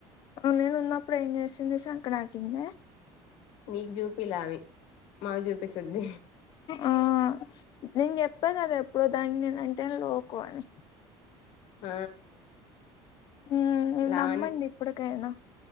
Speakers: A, on the left; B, on the left.
A: నేను ఉన్నప్పుడు ఏం జేసింది సంకనాకిందా
B: నీకు జూపిలే అవి మాకు జూపిస్తుంది.
A: ఆ నేను జెప్పా గదా ఎప్పుడో దానికి నేను అంటేనే లోకువ అని
B: ఆ
A: ఉమ్
B: లావణ్య
A: నమ్మండి ఇప్పుడికైనా